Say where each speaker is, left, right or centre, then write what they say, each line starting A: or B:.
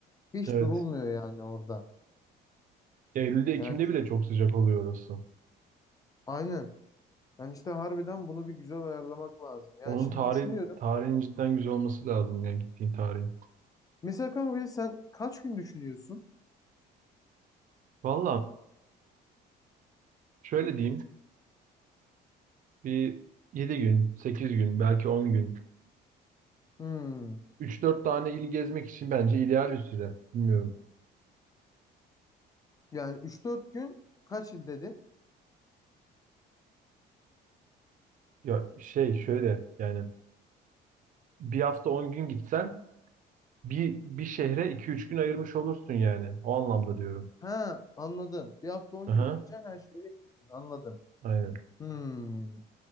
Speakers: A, on the left; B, on the right.
A: Hiç
B: Evet.
A: durulmuyor yani orada.
B: Eylül'de, Ekim'de
A: Yani
B: bile çok sıcak oluyor orası.
A: aynen. Yani işte harbiden bunu bir güzel ayarlamak lazım. Yani
B: Onun
A: şimdi
B: tarihin,
A: düşünüyorum.
B: tarihin cidden güzel olması lazım yani gittiğin tarihin.
A: Mesela kanka bir de sen kaç gün düşünüyorsun?
B: Valla şöyle diyeyim bir 7 gün, 8 gün, belki 10 gün.
A: Hmm.
B: Üç dört tane il gezmek için bence ideal bir süre. Bilmiyorum.
A: Yani üç dört gün kaç il dedin?
B: Ya şey şöyle yani bir hafta 10 gün gitsen bir, bir şehre iki üç gün ayırmış olursun yani. O anlamda diyorum.
A: Ha anladım. Bir hafta on
B: Aha,
A: gün gideceksin. Her şeyle 2 gün anladım.
B: aynen.
A: Hmm. Ya